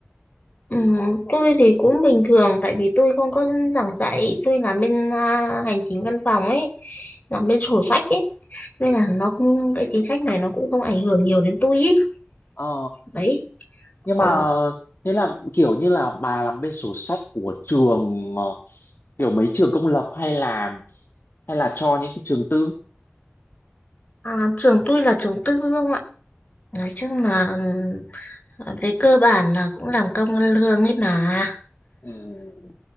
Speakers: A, on the left; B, on the left.
A: Ừ, tôi thì cũng bình thường tại vì tôi không có giảng dạy, tôi làm bên à, hành chính văn phòng ấy, làm bên sổ sách ấy. Nên là nó cũng cái chính sách này nó cũng không ảnh hưởng nhiều đến tôi ý.
B: Ờ,
A: Đấy.
B: nhưng
A: Ờ.
B: mà thế là kiểu như là bà làm bên sổ sách của trường ờ, kiểu mấy trường công lập hay là hay là cho những cái trường tư?
A: À, trường tôi là trường tư không ạ? Nói chung là ừm, về cơ bản là cũng làm công ăn lương ấy mà.
B: Ừ.